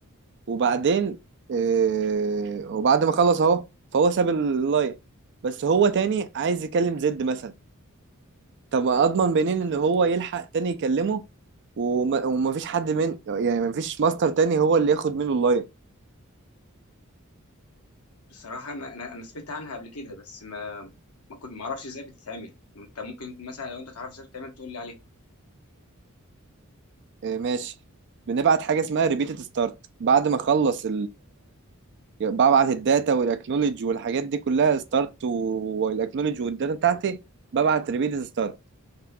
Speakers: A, on the right; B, on the left.
A: وبعدين آه، وبعد ما خلص اهو فهو ساب اللاين بس هو تاني عايز يكلم زد مثلا طب اضمن منين ان هو يلحق تاني يكلمه وما ومفيش حد من يعني مفيش ماستر تاني هو اللي ياخد منه اللاين
B: بصراحه انا انا أنا سمعت عنها قبل كده بس ما ما كنت ما اعرفش ازاي بتتعمل انت ممكن مثلا لو انت تعرف ازاي بتتعمل تقول لي عليها
A: آه، ماشي بنبعت حاجه اسمها ريبيتد ستارت بعد ما اخلص ببعت الداتا والاكنولج والحاجات دي كلها ستارت والاكنولج والداتا بتاعتي ببعت ريبيت ستارت